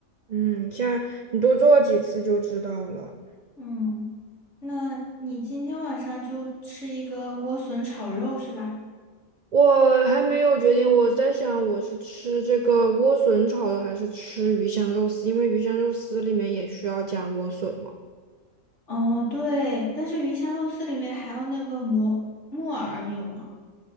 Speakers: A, on the right (about 60°); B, on the left (about 55°).
A: 嗯，下你多做几次就知道了。
B: 嗯，那你今天晚上就吃一个莴笋炒肉是吧？
A: 我还没有决定，我在想我是吃这个莴笋炒的，还是吃鱼香肉丝，因为鱼香肉丝里面也需要加莴笋嘛。
B: 哦，对，但是鱼香肉丝里面还有那个蘑木耳，你有吗？